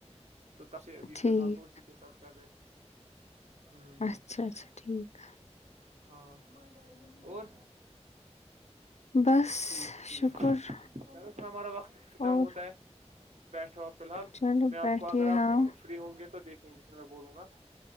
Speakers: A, on the right; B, on the left.
A: تو ت سے ابھی
B: ٹھیک
A: فی الحال وہ اسی کے ساتھ کر رہے ہ
B: اچھا اچھا ٹھیک ہے
A: ہاں اور
B: بس
A: ٹھیک ٹھیک
B: شکر
A: ہمارا وقت اختتام
B: اور
A: ہوتا ہے بیٹھا ہو فی الحال
B: چلو
A: میں آپ
B: بیٹھیے
A: کو اگر آپ
B: ہاں
A: فری ہوں گے تو دیکھیں گے پ میں بولوں گا